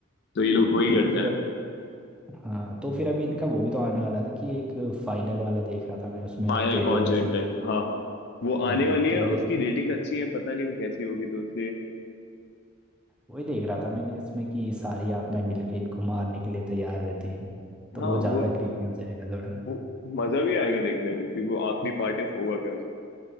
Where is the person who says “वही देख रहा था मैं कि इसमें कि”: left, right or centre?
Centre